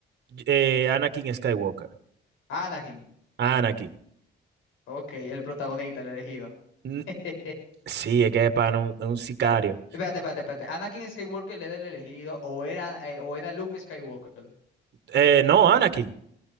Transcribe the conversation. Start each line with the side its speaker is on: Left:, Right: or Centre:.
Right: eh, Anakin Skywalker.
Left: Anakin,
Right: Anakin.
Left: ok, el protagonista, el elegido.
Right: Mm,
Left: <laughs>
Right: Sí, es que es para un, un sicario.
Left: Espérate, espérate, espérate. ¿Anakin Skywalker era el elegido o era, eh, o era Luke Skywalker?
Right: Eh, no, Anakin.